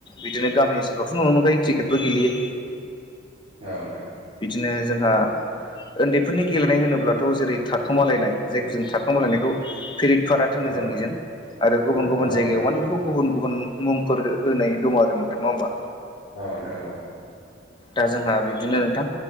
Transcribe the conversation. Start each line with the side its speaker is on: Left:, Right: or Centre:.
Left: बिदिनो गामि ओनसोलावथ' नुनो मोनखायो क्रिकेटबो गेलेयो
Right: औ नोंथां
Left: दे जोंहा उन्दैफोरनि गेलेनाय होनोब्लाथ' जेरै थाखोमालायनाय जायखौ जों थाखोमालायनायखौ फिरित फारत होनो
Right: औ नोंथां औ
Left: जोंनिजों आरो गुबुन गुबुन
Right: नोंथां
Left: जायगायाव माने बेखौ गुबुन गुबुन मुंफोर होनाय दङ आरो नोंथाङा होमबा
Right: औ नोंथां औ
Left: दा जोंहा बिदिनो नोंथां